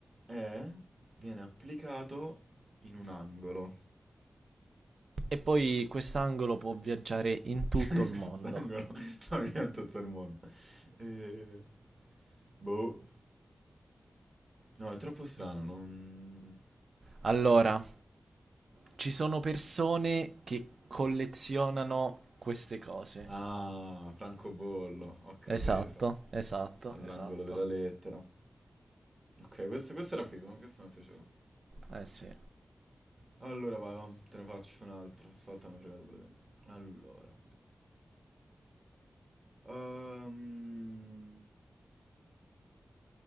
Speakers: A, on the right (about 30°); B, on the right (about 65°).
A: Eh? Viene applicato in un angolo.
B: E poi quest'angolo può viaggiare in tutto
A: <laughs> Quest'angolo
B: il mondo.
A: sta via tutto il mondo. Eh, boh. No, è troppo strano, non...
B: Allora, ci sono persone che collezionano queste cose.
A: Ah, francobollo, ho capito.
B: Esatto, esatto,
A: All'angolo
B: esatto.
A: della lettera. Ok, questo, questo era figo, questo mi è piaciuto.
B: Eh sì.
A: Allora, vai, va, te ne faccio un altro. Stavolta mi hai fregato pure te. Allora. Ehm,